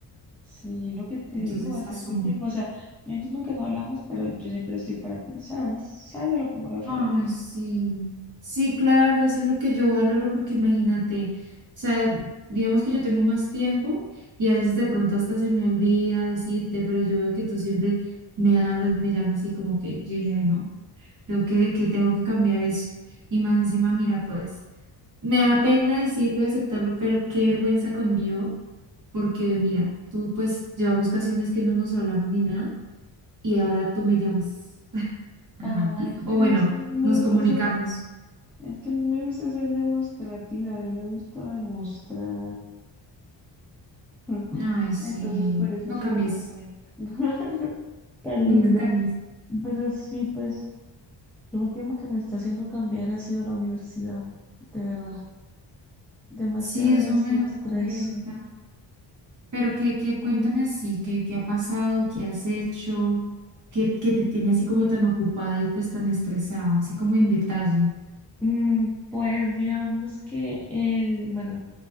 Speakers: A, in the centre; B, on the right.
A: Sí, lo que te digo
B: Entonces
A: bastante
B: asumo.
A: tiempo. O sea, yo entiendo que no hablamos, pero yo siempre estoy para ti, ¿sabes? ¿Sabes a lo que me refiero?
B: Ay, sí. Sí, claro, eso es lo que yo valoro porque imagínate, o sea, digamos que yo tengo más tiempo y a veces de pronto hasta se me olvida decirte, pero yo veo que tú siempre me hablas, me llamas y como que yo dije, ay, no, creo que, que tengo que cambiar eso. Y más encima, mira, pues Me da pena decirlo y aceptarlo, pero qué vergüenza conmigo, porque mira, tú pues llevamos casi un mes que no nos hablamos ni nada y ahora tú me llamas. <laughs> Ajá.
A: Ay, pero
B: O bueno,
A: es que me
B: nos
A: gusta
B: comunicamos.
A: ser, es que me gusta ser demostrativa, a mí me gusta demostrar. <laughs>
B: Ay, sí,
A: Entonces, por eso
B: no
A: soy
B: cambies,
A: como buena. <laughs> Tan
B: nunca
A: linda.
B: cambies.
A: Pero sí, pues, lo último que me está haciendo cambiar ha sido la universidad, de verdad. Demasiado,
B: Sí, eso
A: demasiado
B: me da
A: estrés.
B: cuenta. Pero que, que cuéntame así, que, qué ha pasado, qué has hecho, que, que te tenía así como tan ocupada y pues tan estresada, así como en detalle.
A: Mm, pues digamos que el, bueno.